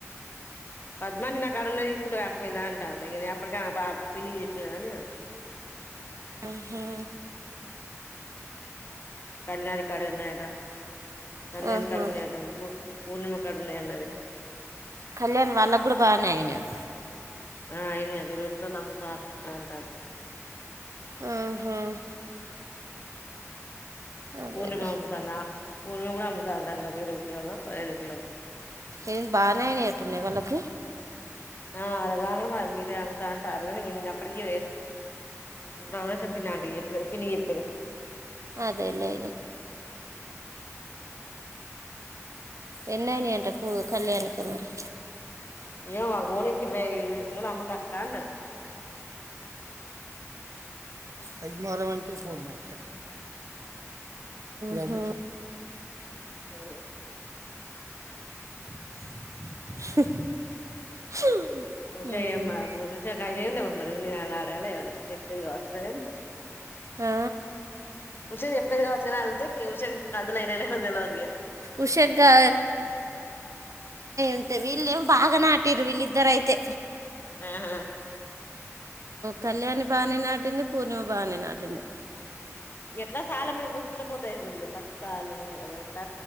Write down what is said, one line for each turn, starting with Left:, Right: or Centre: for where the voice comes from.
Left: పద్మాంటి నాకాడున్నాయి తీసుకుంటే కాకపోయిందా అంటాంది. ఇగ నే అప్పటికే ఆ ప పిన్నికి చెప్పినగా నే అన్ <inaudible>
Right: ఓహో
Left: కళ్యాణికాడ ఉన్నాయట కళ్యాణ
Right: ఆహా
Left: కడున్నాయట ఫూఫ్ పూర్ణిమా కాడ ఉన్నాయ్ అన్నది.
Right: కళ్యాణి వాళ్ళగూడ బానే అయినయ్.
Left: ఆ అయినయి అట ఇరవై కిలోలు అమ్ముతా అంటంది.
Right: ఉహుమ్ అదేలే
Left: పూర్ణిమ అమ్ముతాందా పూర్ణిమ కూడా అముతాంటా ఒక ఇరవై కిలో పదిహేను కిలో
Right: ఏ బాగానేయని అట్టున్నాయి వాళ్ళకి
Left: ఆ అలా కాంగమా అమ్ముతా అంటారు ను అప్పటికీ వలేష పింటికి చెప్పుడు పి చెప్పిన
Right: అదే లే ఎన్న ని అంట పూ కళ్యాణకు మరి
Left: ఏ మూనీనికి ఇరవై ఇరవై కిలా అమ్ము తక్కన్న
Right: అయి మారమంట ఫోన్ మా ఆహ
Left: హ
Right: <inaudible>
Left: ఉషఋష
Right: ఉమ్.
Left: కాయద లే మనకు నేను అ అడగలే చెప్పేది కావచ్చున్నా కానీ
Right: ఆ
Left: ఉషన్ చెప్పేది కావచ్చు కాని అడిగితే ఉష కందులు అయినా లే తెలో అదిగా
Right: ఉషగ్గా అంత ఇల్ం బా నాటిర్ ఇల్ ఇద్దర అయితే
Left: ఆ ఆ
Right: కళ్యాణి బాగానే నాటింది పూర్ణిమ బాగానే నాటింది
Left: ఎట్లా సాల మన పోసుకుంటే పోతాయి బద్దిగా పది సార్లు ఉన్నాయి కదా ఎట్లా